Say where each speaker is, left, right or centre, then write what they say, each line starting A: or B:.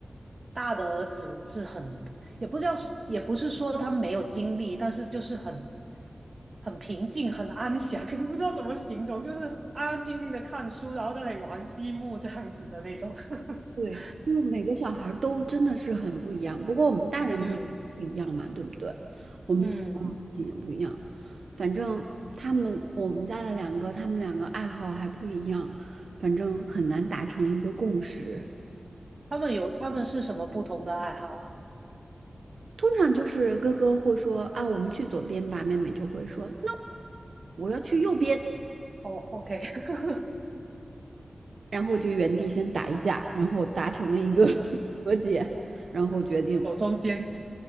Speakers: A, on the right; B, on the right.
A: 大的儿子是很也不知道，也不是说他没有精力，但是就是很很平静、很安详，<laughs> 不知道怎么形容，就是安安静静的看书，然后在那里玩积木这样子的那种。<laughs>
B: 对，因为每个小孩儿都真的是很不一样，不过我们大人不一不一样嘛，
A: 嗯
B: 对不对？我们喜欢的事情也不一样，
A: 嗯，
B: 反正他们我们家的两个，他们两个爱好还不一样，反正很难达成一个共识。
A: 他们有他们是什么不同的爱好啊？
B: 通常就是哥哥会说啊，我们去左边吧，妹妹就会说 no，我要去右边，
A: 哦，OK，<laughs>
B: 然后就原地先打一架，然后达成了一个 <laughs>
A: 嗯
B: 和解，然后决定
A: 手中间，